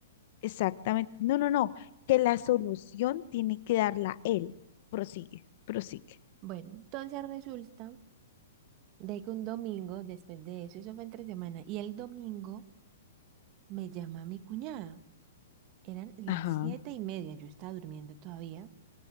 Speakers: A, on the left; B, on the right.
A: Exactamente. No, no, no. Que la solución tiene que darla él. Prosigue, prosigue.
B: Bueno, entonces resulta de que un domingo, después de eso, eso fue entre semana, y el domingo me llama mi cuñada. Eran las
A: Ajá.
B: siete y media, yo estaba durmiendo todavía.